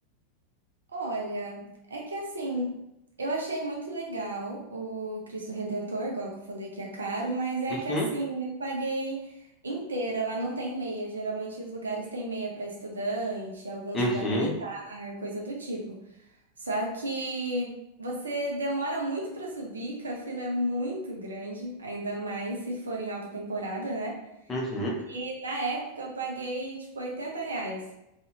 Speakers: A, on the right; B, on the left.
A: Olha, é que assim, eu achei muito legal o Cristo Redentor, igual que eu falei que é caro, mas é
B: Uhum,
A: que assim, eu paguei inteira, lá não tem meia. Geralmente os lugares têm meia para estudante, alguns
B: uhum,
A: para militar, coisa do tipo. Só que você demora muito para subir, que a fila é muito grande, ainda mais se for em alta temporada, né?
B: uhum.
A: E na época eu paguei tipo 80 reais.